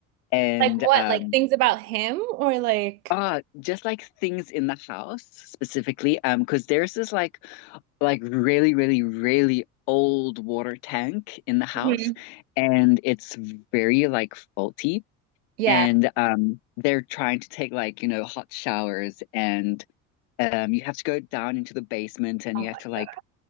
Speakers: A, on the left; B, on the right.
A: And
B: Like what?
A: um
B: Like things about him or like
A: ah just like things in the house specifically, um, because there's this like like really, really, really old water tank in the house
B: Mhm.
A: and it's very like faulty
B: Yeah.
A: and um, they're trying to take like you know hot showers and um, you have to go down into the basement and
B: Oh
A: you have
B: my
A: to like